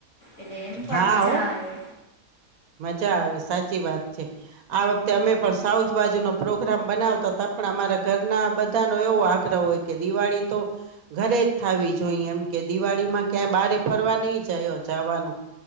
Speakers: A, on the left; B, on the right.
A: એટલે એમ પણ
B: હા
A: મજા
B: હો
A: આવે.
B: મજા આવે સાચી વાત છે આ વખતે અમે પણ સાઉથ બાજુ નો પ્રોગ્રામ બનાવતા ત પણ અમારા ઘરના બધા નો એવો આગ્રહ હોય કે દિવાળી તો ઘરે જ થવી જોઈ એમ કે દિવાળી માં ક્યાં બારે ફરવા નહી જાયો. જાવાનો